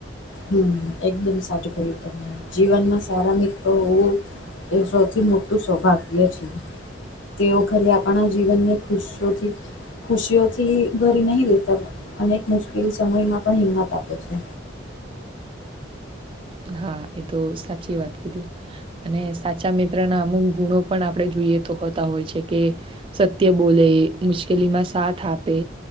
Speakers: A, on the left; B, on the right.
A: હમ એકદમ સાચું કહ્યું તમેં જીવનમાં સારા મિત્રો હોવું એ સૌથી મોટું સૌભાગ્ય છે તેઓ ખરે આપણા જીવનને ખુશીઓથી ખુશીઓથી ભરી નહી લેતા અનેક મુશ્કેલ સમયમાં પણ હિંમત આપે છે
B: હા એ તો સાચી વાત કીધી અને સાચા મિત્રના અમુક ગુણો પણ આપડે જોઈએ તો હોતા હોય છે કે સત્ય બોલે મુશ્કેલીમાં સાથ આપે